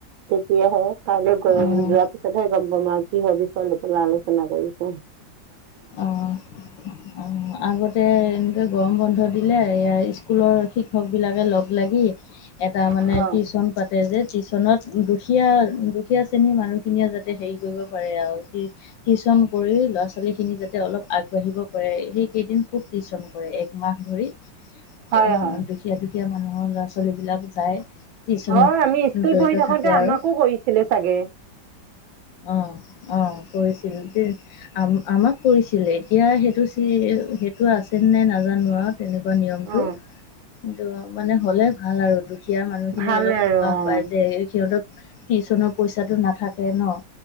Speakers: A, on the right (about 90°); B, on the left (about 75°).
A: তেতিয়াহে কাইলৈ গ
B: অঁ।
A: যোৱাৰ পিছতহে গম পাম আৰু। কি হবি ফাল প আলোচনা কৰিছো।
B: অঁ অঁ আগতে এনেকৈ গৰম বন্ধ দিলে স্কুলৰ শিক্ষকবিলাকে লগ লাগি এটা মানে
A: অ',
B: টিউচন পাতে যে টিউচনত দুখীয়া দুখীয়া শ্ৰেণীৰ মানুহখিনিয়ে যাতে হেৰি কৰিব পাৰে আৰু টিউচন কৰি ল'ৰা ছোৱালী খখিনি যাতে অলপ আগবাঢ়িব পাৰে সেইকেইদিন খুব টিউশ্যন কৰে একমাহ ধৰি
A: হয়
B: আহ
A: হয়।
B: দুখীয়া দুখীয়া মানুহৰ ল'ৰা ছোৱালী বিলাক যায়। টিউচনত
A: হয় আমি স্কুল
B: জড়িত
A: পঢ়ি থাকোতে
B: থাকে
A: আমাকো
B: আৰু
A: কৰিছিলে চাগে।
B: অ অ কৰিছিল আ আমাক কৰিছিলে। এতিয়া সেইটো চি সেইটো আছে নে নাজানো আৰু। তেনেকুৱা নিয়মতটো
A: অ'
B: কিন্তু মানে হ'লে ভাল আৰু দু দুখীয়া মানুহখিনিয়ে
A: ভাল
B: অলপ
A: আৰু
B: সকাহ
A: অ'।
B: পায় যে সিহঁত টিউচনৰ পইচাটো নাথাকে ন?